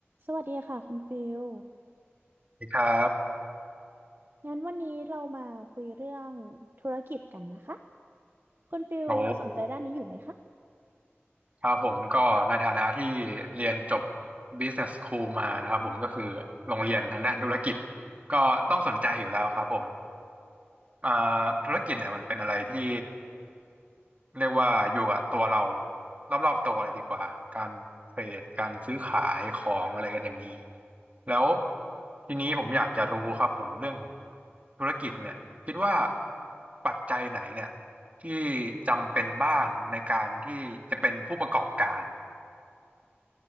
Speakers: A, on the right; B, on the right.
A: สวัสดีค่ะคุณฟิล
B: สวัสดีครับ
A: งั้นวันนี้เรามาคุยเรื่องธุรกิจกันนะคะคุณฟิลสนใจด้านนี้อยู่ไหมคะ
B: โอ้ครับผมก็ในฐานะที่เรียนจบ Business School มานะครับผมก็คือโรงเรียนทางด้านธุรกิจก็ต้องสนใจอยู่แล้วครับผมอ่าธุรกิจเนี่ยมันเป็นอะไรที่ เรียกว่าอยู่กับตัวเรารอบๆตัวเลยดีกว่าการเทรดการซื้อขายของอะไรกันอย่างนี้แล้วทีนี้ผมอยากจะรู้ครับผมเรื่องของธุรกิจเนี่ยคิดว่าปัจจัยไหนเนี่ยที่จำเป็นบ้างในการที่จะเป็นผู้ประกอบการ